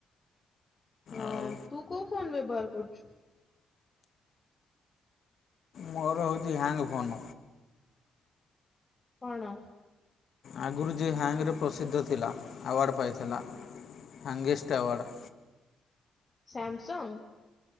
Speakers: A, on the left; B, on the left.
A: ହଁ
B: ଆଉ
A: ତୁ କଉ ଫୋନ ବ୍ୟବହାର କରୁଛୁ
B: ମୋର ହଉଛି ହ୍ୟାଙ୍ଗ ଫୋନ୍।
A: କଣ?
B: ଆଗରୁ ଯିଏ ହାଙ୍ଗ ରେ ପ୍ରସିଦ୍ଧ ଥିଲା ଆୱାର୍ଡ ପାଇଥିଲା ହଙ୍ଗ ତୱଡ଼।
A: ସ୍ୟାମସଙ୍ଗ?